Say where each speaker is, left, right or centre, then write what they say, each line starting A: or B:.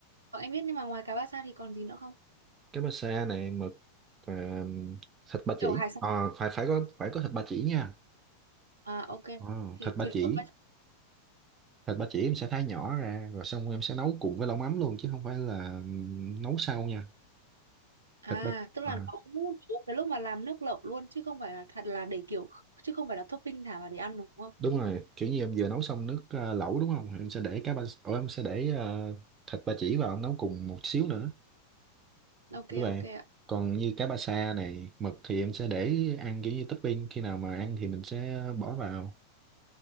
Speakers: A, on the right; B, on the right.
A: Ờ, em biết nhưng mà ngoài cá bát xa thì còn gì nữa không?
B: cá bá sa này mực và um, thịt ba
A: Kiểu
B: chỉ
A: hải sản
B: Ờ, phải phải có phải có thịt ba chỉ nha
A: à ok.
B: Ờ,
A: Thì
B: thịt ba
A: thì
B: chỉ
A: lộn qua-
B: thịt ba chỉ em sẽ thái nhỏ ra rồi xong em sẽ nấu cùng với lẩu mắm luôn chứ không phải là um, nấu sau nha
A: à
B: thịt ba
A: tức là
B: Ờ,
A: nấu nấu cái lúc mà làm nước lẩu luôn chứ không phải là thật là để kiểu chứ không phải là topping thả vào để ăn đúng không?
B: đúng rồi kiểu như em vừa nấu xong nước ờ, lẩu đúng không em sẽ để cá ba Ủa, em sẽ để ờ, thịt ba chỉ vào nấu cùng một xíu nữa
A: Ok
B: Đúng vậy.
A: ok ạ.
B: Còn như cá ba sa này, mực thì em sẽ để ăn kiểu như topping, khi nào mà ăn thì mình sẽ bỏ vào.